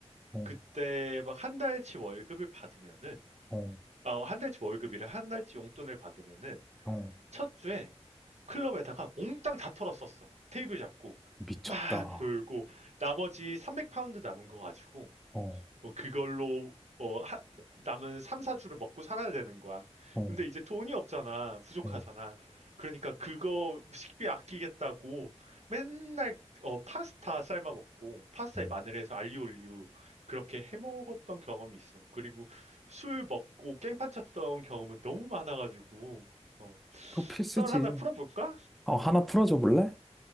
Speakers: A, in the centre; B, on the right.
A: 어,
B: 그때 막 한 달치 월급을 받으면은
A: 어,
B: 아, 한 달치 월급이라 한 달치 용돈을 받으면은
A: 어,
B: 첫 주에 클럽에다가 몽땅 다 털었었어. 테이블 잡고
A: 미쳤다.
B: 막
A: 어,
B: 놀고 나머지 300파운드 남은 거 가지고
A: 어,
B: 어, 그걸로 어, 하- 남은 3, 4주를 먹고 살아야 되는 거야.
A: 어,
B: 근데 이제 돈이 없잖아. 부족하잖아.
A: 어,
B: 그러니까 그거 식비 아끼겠다고 맨날 어, 파스타 삶아 먹고 파스타에
A: 어.
B: 마늘해서 알리올리오 그렇게 해 먹었던 경험이 있어. 그리고 술 먹고 깽판 쳤던 경험은 너무 많아가지고 어,
A: 그거 필수지.
B: 썰 하나 풀어볼까?
A: 어, 하나 풀어줘 볼래?